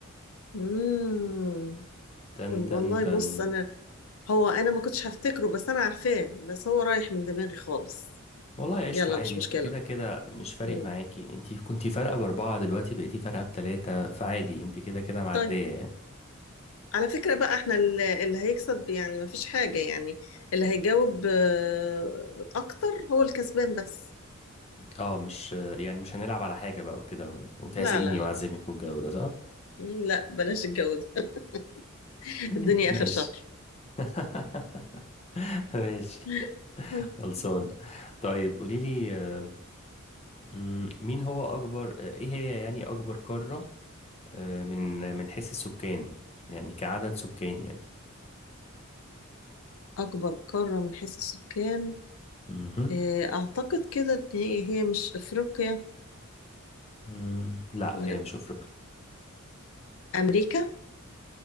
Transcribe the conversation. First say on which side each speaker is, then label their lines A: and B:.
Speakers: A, on the left (about 75°); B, on the left (about 30°).
A: مم.
B: تن
A: والله
B: تن تن
A: بص انا هو انا ما كنتش هفتكره بس انا عارفاه بس هو رايح من دماغي خالص
B: والله قشطة
A: يلا
B: عادي
A: مش
B: انت
A: مشكلة
B: كده كده مش فارق
A: مم.
B: معاكي انت كنتي فارقة بأربعة دلوقتي بقيتي فارقة بتلاتة فعادي انت كده كده معدية
A: طيب
B: يعني
A: على فكرة بقى احنا ال- اللي هيكسب يعني ما فيش حاجة يعني اللي هيجاوب آه، اكتر هو الكسبان بس
B: اه مش يعني مش هنلعب على حاجة بقى وكده وتعزميني
A: لا لا
B: وأعزمك
A: لا
B: والجو ده صح؟
A: مم، لا بلاش الجو ده <laughs>
B: <laughs>
A: الدنيا
B: ماشي
A: اخر شهر
B: <laughs> ماشي
A: <laughs>
B: خلصان طيب قوليلي آه، مم، مين هو أكبر آه، ايه هي يعني أكبر قارة آه، من من حيث السكان يعني كعدد سكان يعني
A: اكبر قارة من حيث السكان
B: مهم.
A: آه، اعتقد كده ان هي هي مش افريقيا
B: مم، لا
A: ولا
B: هي مش أفريقيا
A: امريكا